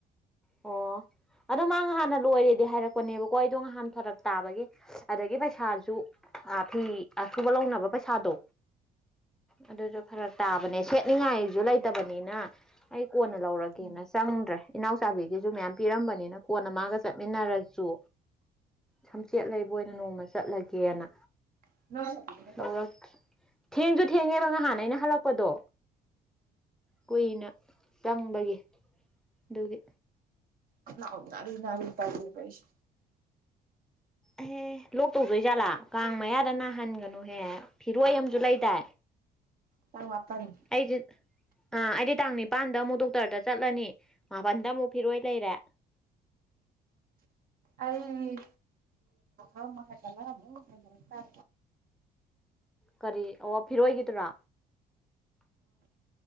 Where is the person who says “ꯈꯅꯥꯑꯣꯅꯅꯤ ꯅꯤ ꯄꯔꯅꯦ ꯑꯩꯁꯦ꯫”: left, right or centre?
Right